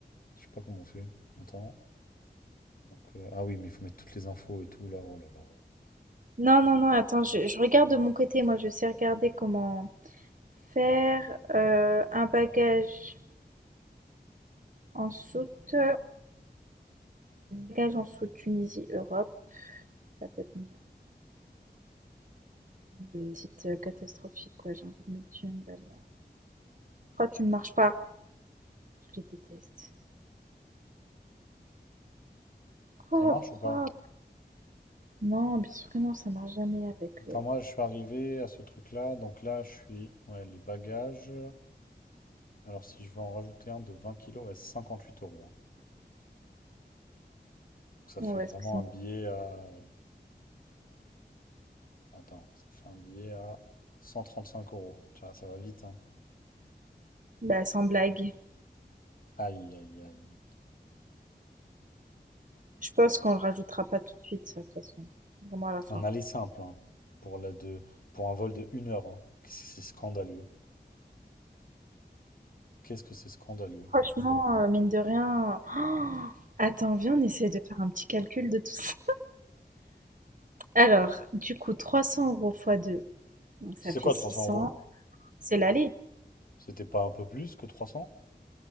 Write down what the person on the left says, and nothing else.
Je sais pas comment on fait. Attends. Donc, euh, ah oui, mais il faut mettre toutes les infos et tout là. Oh là là.
Ça marche ou pas?
Attends,
moi, je suis arrivé à ce truc-là. Donc là, je suis. Ouais, les bagages. Alors, si je veux en rajouter un de 20 kilos, ouais, c'est 58 euros. hein. Donc, ça
fait vraiment
un billet à. Attends, ça fait un billet à 135 euros. Tu vois, ça va vite, hein.
Aïe, aïe, aïe.
Un aller simple, hein, pour la de, pour un vol de une heure. hein. Qu'est-ce que c'est scandaleux. Qu'est-ce que c'est scandaleux.
C'est
quoi
300 euros?
C'était pas un peu plus que trois cents